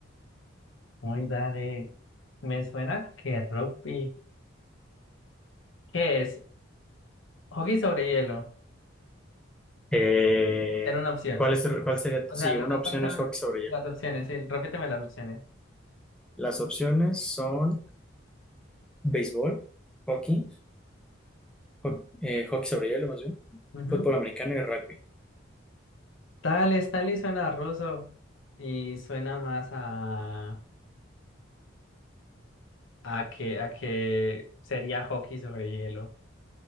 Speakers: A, on the left; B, in the centre.
A: Muy dale. Me suena que rugby. ¿Qué es? Hockey sobre hielo.
B: Eh,
A: Era una opción.
B: ¿cuál es, cuál sería?
A: O
B: Sí,
A: sea, no,
B: una
A: no,
B: opción
A: ¿cuáles eran
B: es hockey sobre hielo.
A: las opciones? Sí, repíteme las opciones.
B: Las opciones son béisbol, hockey, ho- eh, hockey sobre hielo más bien,
A: Ujú.
B: fútbol americano y rugby.
A: Dale, Stanley suena a ruso y suena más a, a que, a que sería hockey sobre hielo.